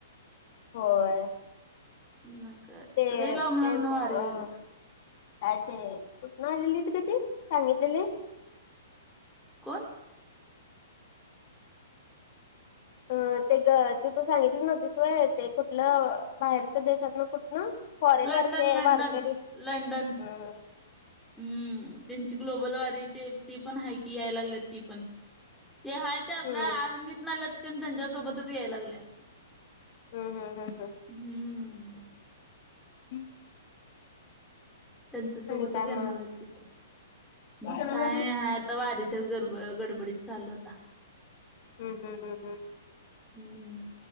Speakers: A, on the left; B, in the centre.
A: होय
B: न का
A: ते
B: लई लांब
A: ते
B: लांब
A: ब
B: न वारे
A: अ.
B: यायलेत.
A: काय ते कुटन आलेलीत ग ती सांगितलेले.
B: कोण?
A: अ ते ग तू तू सांगितली नव्हतीस वय ते कुटन बाहेरच देशात ना? फॉरेनर
B: लंडन
A: ते
B: लंडन
A: वारकरी
B: लंडन
A: अम्म
B: हम्म त्यांची ग्लोबल वारी ते ती पण हाय की याय लागलेत. ती पण ते हाय ते आपल्या
A: हम्म
B: आळंदीतन आल्यात कण त्यांच्यासोबतच याय लागल्या.
A: हम्म हम्म. हम्म
B: हम्म.
A: हम्म <unintelligible>
B: त्यांच्यासोबतच
A: आणि काय
B: येणार
A: मग
B: ते पण मग
A: हम्म
B: काय आहात. वारीच्याच गरब गडबडीत चालू होता.
A: हम्म हम्म हम्म
B: हम्म.